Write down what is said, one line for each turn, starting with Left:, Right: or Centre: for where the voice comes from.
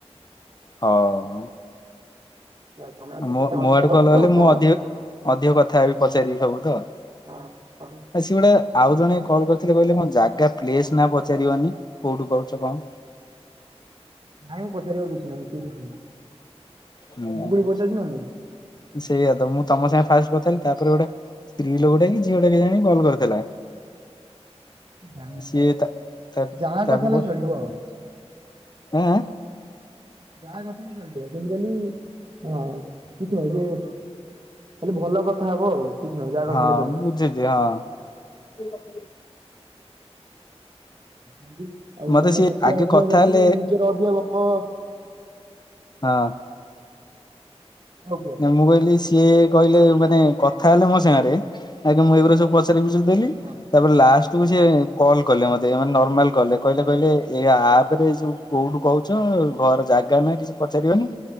Left: ହଉ।
Right: ହେଲା, ତମେ ଯଦି
Left: ମୋ
Right: ଟିକେ ଅଧିକା
Left: ଆଡକୁ
Right: ଗପିବ
Left: କଲ ଗଲେ ମୁଁ
Right: ତ
Left: ଅଧିକ ଅଧିକ କଥାହେବି ପଚାରିବି ସବୁ ତ।
Right: ହଁ ତମେ
Left: ଆ ସିଏ
Right: କଣ-
Left: ଗୋଟେ ଆଉ ଜଣେ କଲ କରିଥିଲେ ବୋଲି କହିଲେ ମୋ ଜାଗା ପ୍ଲେସ ନା ପଚାରିବନି କୋଉଠୁ କହୁଛ କଣ।
Right: ନାଇଁ ମୁଁ ପଚାରିବାକୁ କିଛି ନାହିଁ କିଏ କିଛି ନାହିଁ।
Left: ହଁ
Right: ମୁଁ ପୁଣି ପଚାରୁଛି ନା ନାଇଁ
Left: ସେଇଆ ତ ମୁଁ ତମ ସାଙ୍ଗେ ଫାଷ୍ଟ କଥା ହୋଲି ତାପରେ ଗୋଟେ ସ୍ତ୍ରୀ ଲୋକଟା କି ଝିଅ ଟା କେଜାଣି କଲ କରିଥିଲା।
Right: <unintelligible>
Left: ସିଏ ତା ତା
Right: ଯାହା
Left: ତାକୁ
Right: କଥା ହେଲେ
Left: ପ
Right: ଚଳିବ ଆଉ।
Left: ଆଁ।
Right: ଯାହା କଥା ହେଲେ <unintelligible> ଜେନେରାଲି ହଁ କିଛି ଭ ଯେ ଖାଲି ଭଲ କଥା ହବ ଆଉ। କିଛି ନାହିଁ ଯାହା କଥା
Left: ହଁ
Right: ହେଲେ ଚଳିବ।
Left: ମୁଁ ବଝିଛି ହଁ।
Right: ନ୍ତି ଆଉ
Left: ମତେ
Right: ତମେ
Left: ସିଏ
Right: ଯେତେ
Left: ଆଗେ
Right: ଅଧିକା
Left: କଥା
Right: ଗପିବ
Left: ହେଲେ
Right: ନିଜର ଅଧିକ ଗପ
Left: ହଁ।
Right: ହଉ କୁହ।
Left: ନା ମୁଁ କହିଲି ସିଏ କହିଲେ ମାନେ କଥା ହେଲେ ମୋ ସାଙ୍ଗରେ ଆଜ୍ଞା ମୁଁ ଏଇଗୁରା ସବୁ ପଚାରି ପଚାରି ଦେଲି।
Right: ହଁ।
Left: ତାପରେ ଲାଷ୍ଟକୁ ସେ କଲ କଲେ ମତେ ମାନେ ନର୍ମାଲ୍ କଲେ କହିଲେ କହିଲେ ଏଇ ଆପ ରେ ଯୋଉ କୋଉଠୁ କହୁଛ ଘର ଜାଗା ନା କିଛି ପଚାରିବନି